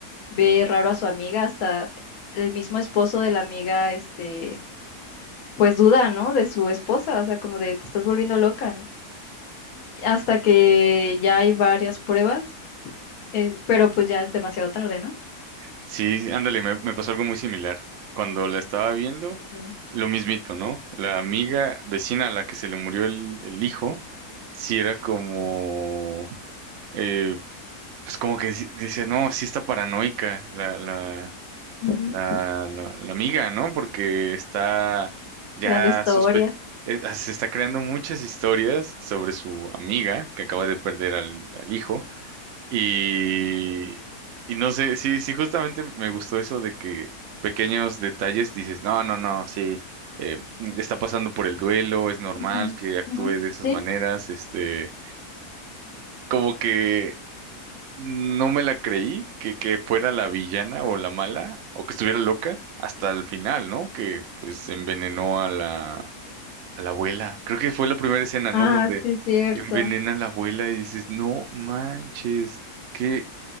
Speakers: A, on the left (about 65°); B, on the right (about 65°).
A: ve raro a su amiga, hasta el mismo esposo de la amiga, este, pues duda, ¿no? De su esposa, o sea, como de te estás volviendo loca, ¿no? Hasta que ya hay varias pruebas, eh, pero pues ya es demasiado tarde, ¿no?
B: Sí, ándale, me, me pasó algo muy similar. Cuando la estaba viendo,
A: Mm.
B: lo mismito, ¿no? La amiga vecina a la que se le murió el, el hijo, sí era como, eh, pues como que dice, dice, no, sí está paranoica la, la,
A: Ujú,
B: la, la, la amiga, ¿no? Porque está ya
A: Creando historias.
B: sospe... eh, Se está creando muchas historias sobre su amiga que acaba de perder al al hijo Y, y no sé, sí, sí, justamente me gustó eso de que pequeños detalles dices, no, no, no, sí, eh, está pasando por el duelo, es normal
A: Ujú,
B: que actúe
A: ujú,
B: de esas
A: Sí.
B: maneras, este, como que no me la creí que, que fuera la villana o la mala o que estuviera loca hasta el final, ¿no? Que pues envenenó a la, a la abuela. Creo que fue la primera escena,
A: Ah,
B: ¿no? Donde
A: sí, es cierto.
B: envenena a la abuela y dices, no manches, qué,